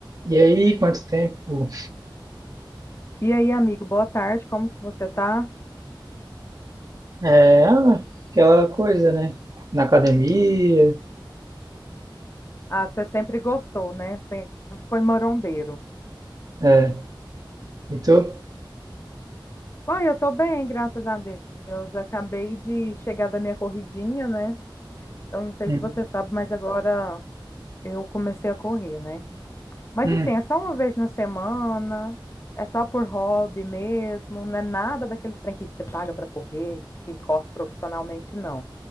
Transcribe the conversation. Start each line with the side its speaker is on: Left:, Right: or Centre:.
Right: E aí, quanto tempo?
Left: E aí, amigo, boa tarde, como que você tá?
Right: É, ah, aquela coisa, né? Na academia.
Left: Ah, você sempre gostou, né? Sempre foi marombeiro.
Right: É. E tu?
Left: Ah, eu tô bem, graças a Deus. Acabei de chegar da minha corridinha, né? Eu não sei
Right: Uhum.
Left: se você sabe, mas agora eu comecei a correr, né? Mas
Right: Hum.
Left: assim, é só uma vez na semana, é só por hobby mesmo, não é nada daqueles trem que você paga para correr, que corre profissionalmente, não.